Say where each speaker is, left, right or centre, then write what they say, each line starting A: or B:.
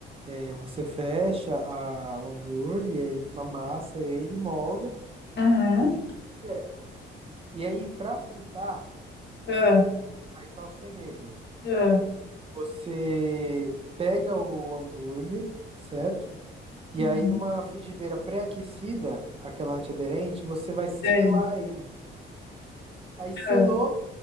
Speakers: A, on the right (about 30°); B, on the left (about 60°).
A: é, você fecha a- o hambúrguer, aí amassa ele, e molda
B: uhum.
A: do jeito que é. E aí, pra fritar,
B: Ah,
A: aí tá o segredo.
B: ah,
A: Você pega o hambúrguer, certo? E
B: uhum.
A: aí, numa frigideira pré-aquecida, aquela antiaderente, você vai
B: Sei.
A: selar ele. Aí, selou,
B: Ah,